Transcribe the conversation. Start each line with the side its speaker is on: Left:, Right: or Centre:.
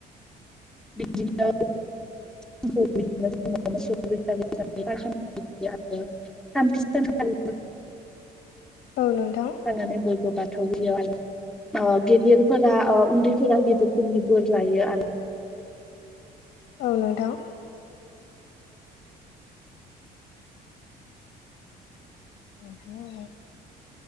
Centre: बिदिनो <unintelligible> मोसौ बैसागो <unintelligible> थामथि सानखालि
Left: औ नोंथां।
Centre: नानै बयबो बाथौ गुदियाव आ ओ गिदिरफोरा ओ उन्दैफोरा गिदिर नि बोर लायो आरो
Left: <inaudible> औ नोंथां। <inaudible>